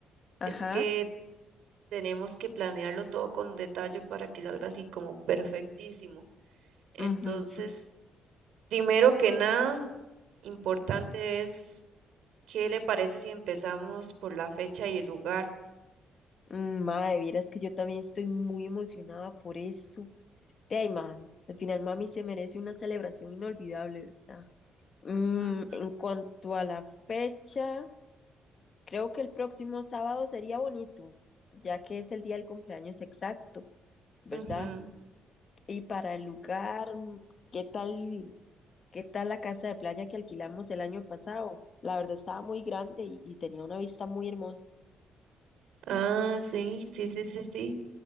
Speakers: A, on the left; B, on the right.
A: ajá,
B: Es que tenemos que planearlo todo con detalle para que salga así como perfectísimo. Entonces,
A: ujú, sí,
B: primero que nada, importante es, ¿qué le parece si empezamos por la fecha y el lugar?
A: Mm, mae, vieras que yo también estoy muy emocionada por eso. De ahí, mae, al final mami se merece una celebración inolvidable, ¿verdad? Mm,
B: Mm,
A: en cuanto a la fecha, creo que el próximo sábado sería bonito, ya que es el día del cumpleaños exacto, ¿verdad?
B: ujú.
A: Y para el lugar, mm, ¿qué tal, qué tal la casa de playa que alquilamos el año pasado? La verdad estaba muy grande y y tenía una vista muy hermosa,
B: Ah, sí, sí, sí, sí, sí.